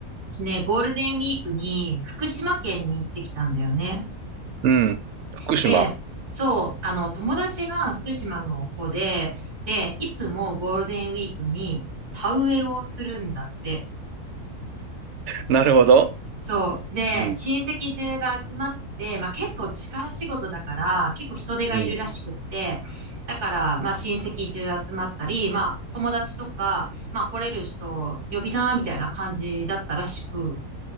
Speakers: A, on the right; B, on the right.
A: 私ね、ゴールデンウィークに福島県に行ってきたんだよね。
B: うん。福島。
A: で、そう、あの、友達が福島の子で、で、いつもゴールデンウィークに田植えをするんだって。
B: なるほど。
A: そう。で、
B: うん。
A: 親戚中が集まって、まあ結構力仕事だから、結構人手がいるらしくって、
B: うん。
A: だから、まあ親戚中集まったり、まあ友達とか、まあ来れる人呼びな、みたいな感じだったらしく、